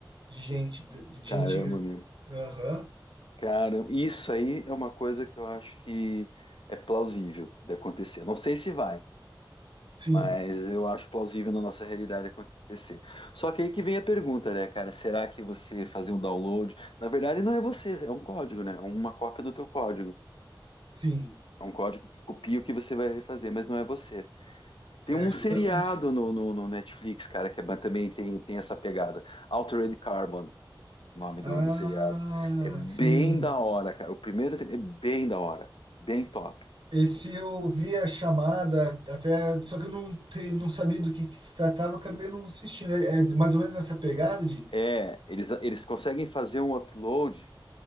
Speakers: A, on the right; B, on the left.
A: de gente, de, de
B: Caramba,
A: gente,
B: meu.
A: aham,
B: Cara, isso aí é uma coisa que eu acho que é plausível de acontecer. Não sei se vai,
A: Sim,
B: mas eu acho plausível na nossa realidade acontecer. Só que aí que vem a pergunta, né, cara? Será que você fazer um download? Na verdade, não é você, é um código, né? É Uma cópia do teu código.
A: sim,
B: É um código que copia o que você vai fazer, mas não é você. Tem
A: é
B: um
A: justamente.
B: seriado no, no- no Netflix, cara, que é ba- também tem, tem essa pegada. Altered Carbon, o nome do,
A: Ah,
B: do seriado. É bem
A: sim.
B: da hora, cara. O primeiro tem- é bem da hora. Bem top.
A: Esse eu vi a chamada até, só que eu não, te, não sabia do que, que se tratava, acabei não assistindo. É, é mais ou menos nessa pegada de.
B: É, eles, eles conseguem fazer um upload,